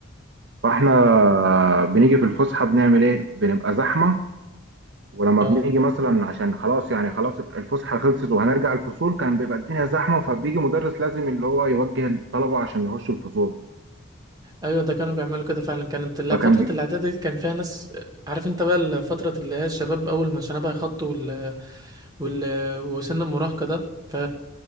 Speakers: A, on the right; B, on the right.
A: فإحنا بنيجي في الفسحة بنعمل إيه؟ بنبقى زحمة ولما
B: اه
A: بنيجي مثلا عشان خلاص يعني خلاص الفسحة خلصت وهنرجع الفصول كان بيبقى الدنيا زحمة فبيجي مدرس لازم اللي هو يوجه الطلبة عشان يخشوا الفصول
B: ايوه ده كانوا بيعملوا كده فعلا كانت الل-
A: فكان
B: فترة
A: بي...
B: الاعداد دي كان فيها ناس عارف انت بقى فترة اللي هي الشباب اول ما شنبها يخط وال... وال... وسن المراهقة ده ف